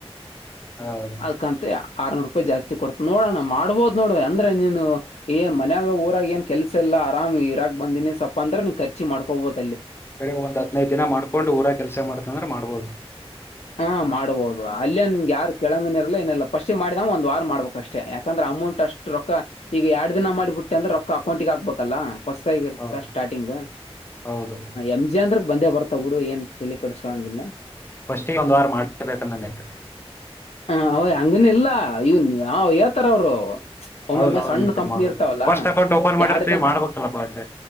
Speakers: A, on the left; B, on the left.
A: ಹೌದು.
B: ಅದಕಂತ ಆರ್ನೂರು ರೂಪಾಯಿ ಜಾಸ್ತಿ ಕೊಡ್ತ ನೋಡೋಣ ಮಾಡ್ಬಹದು ನೋಡ ಅಂದೆ ನೀನು ಏ ಮನ್ಯಾಗ ಊರಾಗ ಏನ್ ಕೆಲ್ಸ ಎಲ್ಲ ಆರಾಮ್ ಇರಾಗೆ ಬಂದಿನಿ ಸ್ವಪ ಅಂದೆ ನೀ ಖರ್ಚಿ ಮಾಡ್ಕೋಬಹದು.
A: ಕ ಒಂದ್ ಹದ್ನೈದು ದಿನ ಮಾಡ್ಕೊಂಡು ಊರ ಕೆಲ್ಸ ಮಾಡತ ಅಂದ್ರೆ ಮಾಡ್ಬೋದು.
B: ಹಾ ಮಾಡ್ಬೋದು ಅಲ್ಲೇ ನಿಮ್ಗೆ ಯಾರು ಕೆೇಳಂಗನಿರ್ಲ್ಲಾ ಏನಲ್ಲ ಫಸ್ಟ್ಿಗೆ ಮಾಡಿದಾವ ಒಂದ್ ವಾರ ಮಾಡ್ಬೇಕು ಅಷ್ಟೇ ಯಾಕಂದ್ರೆ ಅಮೌಂಟ್ ಅಷ್ಟು ರೊಕ್ಕ ಈಗ ಎರಡ್ ದಿನ ಮಾಡಿಬಿಟ್ಟೆ ಅಂದ್ರೆ ರೊಕ್ಕ ಅಕೌಂಟಗ ಹಾಕ್ಬೇಕಲ್ಲಾ. ಪಸ್ತಗಿರುತ್ತಾ
A: ಹೌದು
B: ಸ್ಟಾರ್ಟಿಂಗ್
A: ಹೌದು
B: ಎಂ ಜಿ ಅಂದ್ರೇ. ಬಂದೇ ಬರ್ತಾ ಬಿಡು ಏನ್ ತಲಿ ಕೆಡಸ್ಕೊಳಂಗಿಲ್ಲ.
A: ಫಸ್ಟಿಗೆ ಒಂದು ವಾರ ಮಾಡಬೇಕಂದಾಯತದೆ.
B: ಹ ಅವ್ ಹಂಗನ ಇಲ್ಲ ಇವನ್ ಅವ ಯತರ ಅವರು. ಒಮ್ಮೊಮ್ಮೆ
A: ಹೌದು ಹೌದು
B: ಸಣ್ಣ
A: ಮತ್ತೆ
B: ಕಂಪನಿ ಇರ್ತಾವಲ್ಲಾ
A: ಫಸ್ಟ್ ಅಕೌಂಟ್ ಓಪನ್ ಮಾಡಿರ್ತೀವಿ
B: ಎರಡು ದಿನ
A: ಮಾಡ್ಬೇಕಲ್ಲಪ್ಪ ಅದ್ಕೆ.